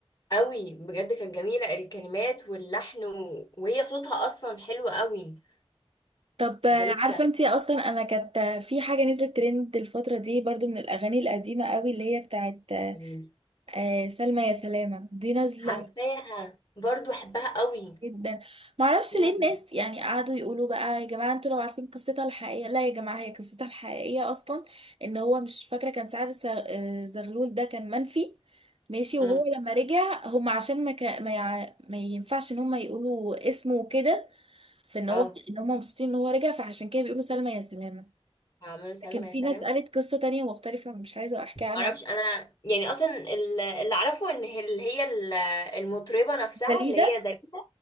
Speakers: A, on the left; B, on the right.
A: قوي بجد كانت جميلة الكلمات واللحن و... وهي صوتها اصلا حلو قوي
B: طب آه،
A: فجميلة
B: عارفه انتي اصلا انا كانت آه، في حاجه نزلت ترند الفتره دي برضو من الاغاني القديمه قوي اللي هي بتاعت آه،
A: يعني
B: آه، سلمى يا سلامه دي نازله
A: عارفاها برضو احبها قوي
B: جدا معرفش
A: امم
B: ليه الناس يعني قعدوا يقولوا بقى يا جماعه انتوا لو عارفين قصتها الحقيقيه لا يا جماعه هي قصتها الحقيقيه اصلا ان هو مش فاكره كان سعد س- آه، زغلول ده كان منفي ماشي وهو
A: امم
B: لما رجع هم عشان ما, كا- ما, يع... ما ينفعش ان هم يقولوا اسمه وكده فان
A: اه
B: هو ان هم مبسوطين ان هو رجع فعشان كده بيقولوا سلمى يا سلامه
A: عملوا سلمى
B: لكن في
A: يا سلامة
B: ناس قالت قصة تانية مختلفة مش عايزة أحكيها عنها
A: معرفش انا يعني اصلا ال- اللي اعرفه ان هي اللي هي ال- المطربه نفسها
B: داليدا
A: اللي هي داليدا